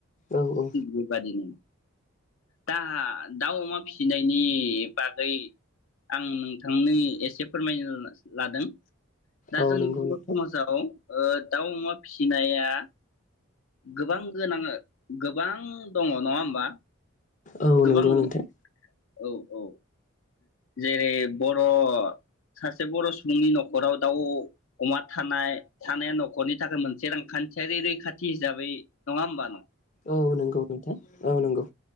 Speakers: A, on the left (about 35°); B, on the left (about 70°).
A: औ औ
B: थिग बेबायदिनो दा दाउ अमा फिसिनायनि बागै आं नोंथांनि एसे फोरमायनो लादों दा
A: औ
B: जोंनि
A: नंगौ
B: बर
A: नोंथां
B: समाजाव ओ दाउ अमा फिसिनाया या गोबां गोनाङो गोबां दङ नङा होमबा
A: औ
B: गोबां
A: नंगौ
B: नुनो
A: नोंथां
B: औ औ जेरै बर' सासे बर' सुबुंनि न'खराव दाउ अमा थानाय थानाया न'खरनि थाखाय मोनसे रांखान्थियारि रैखाथि हिसाबै नङा होमबा न
A: औ नंगौ नोंथां ओ नंगौ